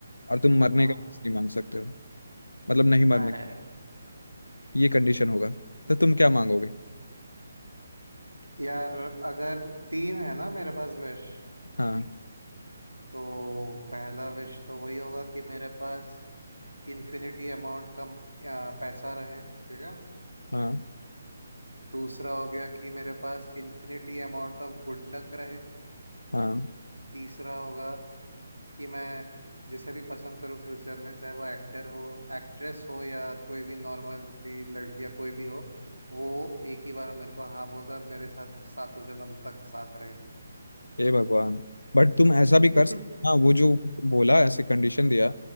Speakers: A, on the left; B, on the right.
A: और तुम मरने
B: हाँ
A: का विशेष नहीं मांग सकते हो मतलब नहीं मरने
B: अरे
A: ये कंडीशन होगा तो तुम क्या मांगोगे
B: यार अगर तीन है ना मेरे पास विश
A: हाँ
B: तो पहला विश तो वही होगा कि मेरे पास इन्फिनिटी अमाउंट का आ, पैसा रहे ठीक है
A: हाँ
B: दूसरा हो गया कि मेरे पास infinity amount of good luck रहे
A: हाँ
B: तीसरा होगा कि मैं जिसे भी पसंद करूँ फ्यूचर में चाहे वो एक्टर हो एक्ट्रेस हो या कोई भी नॉर्मल सी लड़की या कोई भी हो वो एक ही बार में मेरे को हाँ बोल दो और मेरे साथ सातों जन्म तक साथ रहे
A: हे भगवान बट तुम ऐसा भी कर
B: <laughs>
A: सकते हाँ वो जो बोला ऐसे कंडीशन दिया